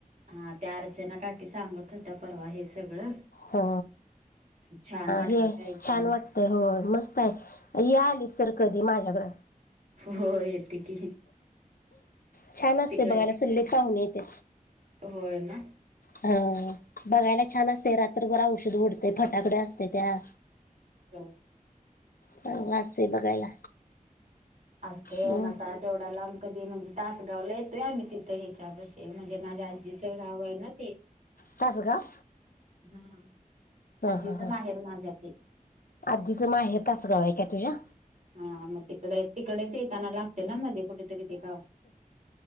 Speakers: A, on the right (about 55°); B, on the left (about 80°).
A: हा त्या अर्चना काकी सांगत होत्या परवा हे सगळं.
B: हो
A: छान वाटलं
B: हे
A: ते ऐकूनच
B: छान वाटतय हो मस्त आलीस तर कधी माझ्याकडं.
A: हो येते की
B: छान असते
A: तिकडे
B: बघायला सल्ले पाहून येते.
A: होय ना.
B: हा बघायला छान असते रात्रभर औषध उओढते फटाकडे असते त्या
A: हो.
B: चांगला असतय बघायला
A: असतेन
B: मग
A: आता तेवढ्याला आम कधी म्हणजे तासगावला येतोय आम्ही तिथं ह्याच्याप ते म्हणजे माझ्या आजीचं गाव आहे ना ते
B: तचगाव
A: हा
B: हा
A: आजीचं
B: हा हा
A: माहेर माझ्या ते
B: आजीचं माहे तासगाव आहे काय तुझ्या
A: हा मग तिकडे तिकडेच येताना लागते ना मध्ये कुठेतरी ते गाव